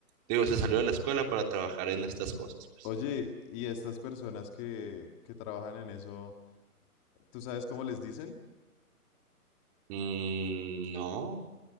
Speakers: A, on the right; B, on the left.
A: digo, se salió de la escuela para trabajar en estas cosas, pues.
B: Oye, ¿y estas personas que, que trabajan en eso? ¿Tú sabes cómo les dicen?
A: Mm, no.